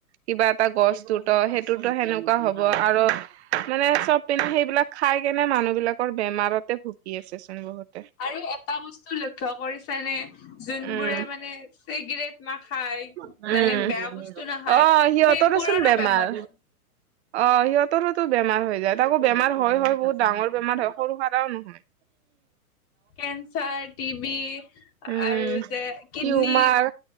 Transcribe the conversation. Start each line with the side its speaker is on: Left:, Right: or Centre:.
Right: কিবা এটা গছ ত সেইটোতো সেনেকা এনেুৱা হ'ব আৰু মানে চব পিন্ধ সেইবিলাক খাই কেনে মানুহ বিলাকৰ বেমাৰতে ভুকি আছে চোন বহুত।
Left: আৰু এটা বস্তু লক্ষ্য় কৰিছে নে যোনবোৰে
Right: উম
Left: মানে চিগৰেট নাখায়।
Right: উম,
Left: মানে বেয়া বস্তু নাখায়
Right: অ' সিহঁত
Left: সেইবোৰৰো
Right: দেচোন বেমাৰ।
Left: হয়।
Right: অ' সিহঁতৰোতো বেমাৰ হৈ যায় তাকো বেমাৰ হয় হয় বহুত ডাঙৰ বেমাৰ হয় সৰু সৰাও নহয়।
Left: কেঞ্চাৰ, টিবি
Right: উম',
Left: আৰু যে কিডনী
Right: উম' উমাৰ